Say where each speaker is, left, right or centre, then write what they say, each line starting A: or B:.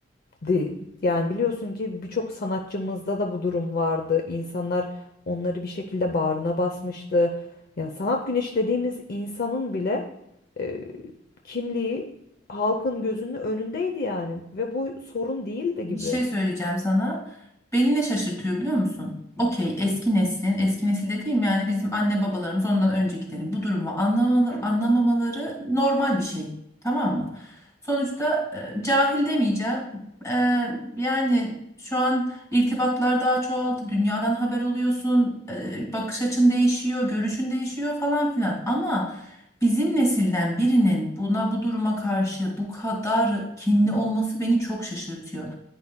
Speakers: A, on the left; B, on the left.
A: di- Yani biliyorsun ki birçok sanatçımızda da bu durum vardı. İnsanlar onları bir şekilde bağrına basmıştı. Yani sanat güneşi dediğimiz insanın bile e, kimliği halkın gözünün önündeydi yani ve bu sorun değildi
B: Bir
A: gibi.
B: şey söyleyeceğim sana. Beni ne şaşırtıyor biliyor musun? Okey eski neslin, eski nesil dediğim yani bizim anne babalarımız ondan öncekilerin bu durumu anlamalı, anlamamaları normal bir şey. Tamam mı? Sonuçta e, cahil demeyeceğim. E, yani şu an irtibatlar daha çoğaldı. Dünyadan haber oluyorsun. E, bakış açın değişiyor, görüşün değişiyor falan filan. Ama... Bizim nesilden birinin buna bu duruma karşı bu kadar kinli olması beni çok şaşırtıyor.